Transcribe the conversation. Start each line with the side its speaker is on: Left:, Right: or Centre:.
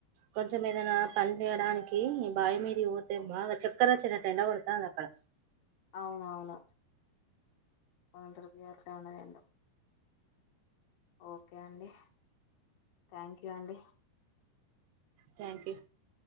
Right: కొంచెం ఏదైనా
Left: అ-
Right: పనిచేయడానికి కి బాయి మీదకి పోతే బాగా చక్కర వచ్చినట్టు ఎండ కొడుతాంది అక్కడ
Left: అవునవును మా అందరికి ఆట్ల అన్నది ఏందో ఓకే అండి థ్యాంక్ యూ అండి
Right: థ్యాంక్ యూ